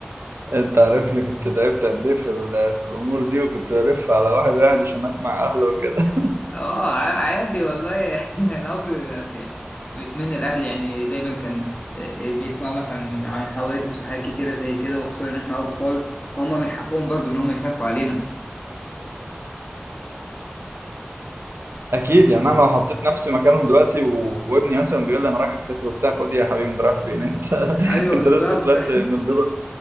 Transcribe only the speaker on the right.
أنت عارفني كنت تعبت قد إيه في, ال... في الأمور دي وكنت بلف على واحد واحد عشان أقنع أهله وكده
اكيد يعني انا لو حطيت نفسي مكانهم دلوقتي و... وابني مثلا بيقول لي انا رايح اسافر وبتاع خد يا حبيبي انت رايح فين انت <laughs>
انت
لسه طلعت
من البيضه